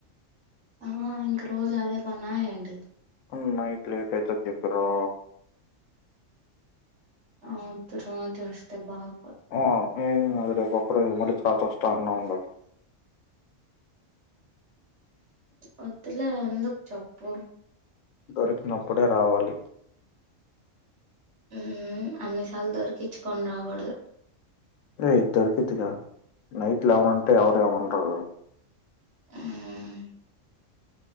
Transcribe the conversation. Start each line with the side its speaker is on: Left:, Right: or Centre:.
Right: ఆ ఇంక రోజదే పనా ఏంటి.
Left: ఉమ్ నైట్ లేటైతద్ చెప్పిరా.
Right: ఆ వొద్దు రోజొస్తె బాగ్
Left: ఆ ఏం గాద్ రేపొక్కరోజ్ మల్లి తర్వాతొస్తా అన్నా ఉండదు.
Right: ఒద్దులే ఎందుక్ చెప్పు.
Left: దొరికినప్పుడే రావాలి.
Right: ఊమ్ అన్నిసాల్ దొర్కిచ్చుకొన్ రాగూడ్దు.
Left: రే దొరికితిగ నైట్ లెవెనంటె ఎవరేమన్రు.
Right: మ్మ్